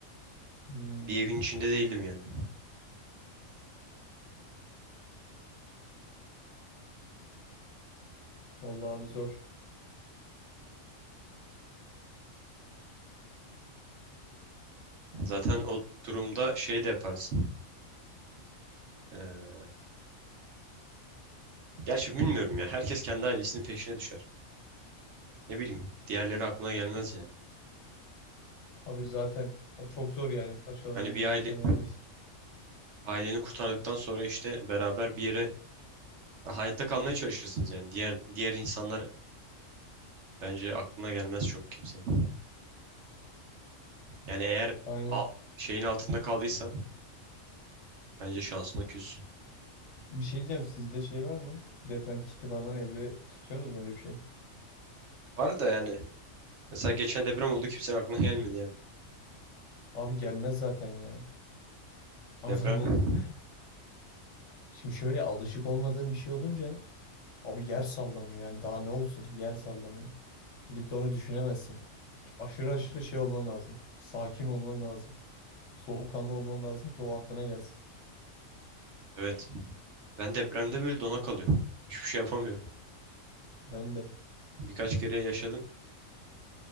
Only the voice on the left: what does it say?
Hmm,
vallahi abi zor.
Abi zaten o çok zor yani başkalarının
aklına
gelmesi.
Aynen.
Bir şey diyeceğim sizde şey var mı? Deprem kiti falan evde tutuyorsunuz mu öyle bir şey?
Abi gelmez zaten ya. Adamım.
<laughs> Şimdi şöyle alışık olmadığım bir şey olunca abi yer sallanıyor yani daha ne olsun yer sallanıyor. Gidip de onu düşünemezsin. Aşırı aşırı şey olman lazım. Sakin olman lazım. Soğukkanlı olman lazım ki o aklına gelsin.
Ben de.